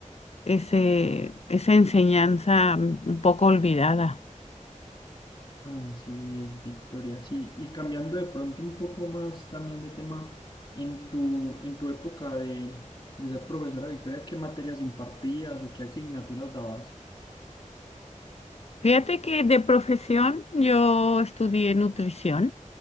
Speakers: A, on the left; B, on the left.
A: ese, esa enseñanza mm, un poco olvidada.
B: Así es, Victoria. Sí, y cambiando de pronto un poco más también de tema, en tu, en tu época de, de ser profesora, Victoria, ¿qué materias impartías o qué asignaturas dabas?
A: Fíjate que de profesión yo estudié nutrición